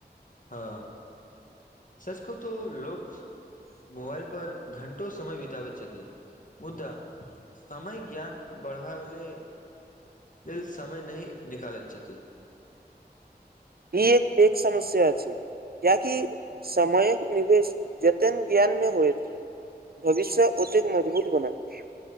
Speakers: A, on the left; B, on the right.
A: हँ सच कहु त लोक मोबाइल पर घण्टो समय बिताबैत छथि मुदा समय ज्ञान बढ़ब ले लल समय नहि निकालैत छथि
B: ई एक समस्या अछि कियाकि समयक निवेश जतन ज्ञानमे होयत भविष्य ओतेक मजबूत बनत